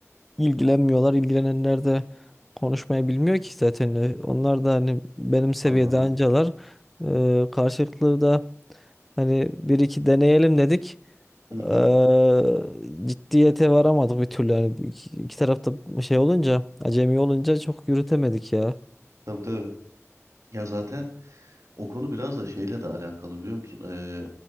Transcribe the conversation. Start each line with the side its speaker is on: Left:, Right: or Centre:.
Centre: ilgilenmiyorlar. İlgilenenler de konuşmayı bilmiyor ki zaten. Ee, Onlar da hani benim seviyede
Right: Anladım.
Centre: ancalar. Ee, karşılıklı da hani bir iki deneyelim dedik.
Right: Hı hı.
Centre: Ee, ciddiyete varamadık bir türlü. Yani iki, iki tarafta şey olunca, acemi olunca çok yürütemedik ya.
Right: Tabii tabii. Ya zaten O konu biraz da şeyle de alakalı biliyor musun? Ee,